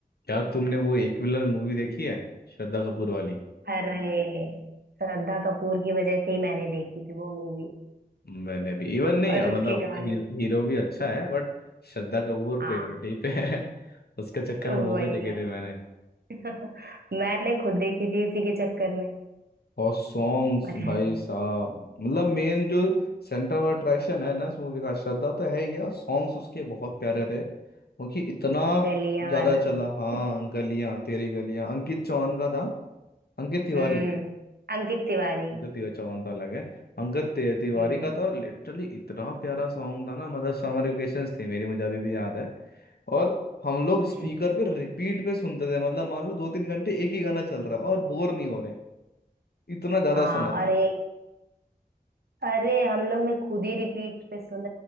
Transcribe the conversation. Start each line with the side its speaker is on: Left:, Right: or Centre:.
Left: क्या तुमने वो एक विलन मूवी देखी है श्रद्धा कपूर वाली
Right: अरे श्रद्धा कपूर की वजह से ही मैंने देखी थी वो मूवी
Left: मैंने भी इवन नहीं
Right: और
Left: मतलब
Right: उसके गानों
Left: ही, हीरो भी अच्छा
Right: की।
Left: है बट श्रद्धा कपूर
Right: हाँ
Left: प्रायोरिटी पे है <laughs> उसके चक्कर
Right: वही
Left: में मूवी देखे
Right: ना
Left: थे मैंने
Right: <laughs> मैंने खुद देखी थी उसी के चक्कर में
Left: और सॉन्ग्स
Right: पता
Left: भाई
Right: है
Left: साहब मतलब मेन जो सेंटर ऑफ अट्रैक्शन है ना इस मूवी का श्रद्धा तो है ही है और सॉन्ग्स उसके बहुत प्यारे थे क्योंकि इतना
Right: गलियां
Left: ज्यादा
Right: वाला
Left: चला हाँ
Right: <laughs>
Left: गलियां तेरी गलियां अंकित चौहान का था अंकित तिवारी
Right: हम्म
Left: है
Right: अंकित तिवारी
Left: अंगद ति- चौहान तो अलग है अंगद ति- तिवारी
Right: हम्म
Left: का था लिटरली इतना प्यारा सॉन्ग था ना मतलब समर वेकेशंस थी मेरी मुझे अभी भी याद है और हम लोग स्पीकर
Right: हम्म
Left: पे रिपीट पे सुनते थे मतलब मान लो दो तीन घंटे एक ही गाना चल रहा है और बोर नहीं हो रहे इतना ज्यादा
Right: हाँ
Left: सुना था
Right: और एक अरे हम लोग ने खुद ही रिपीट पे सुन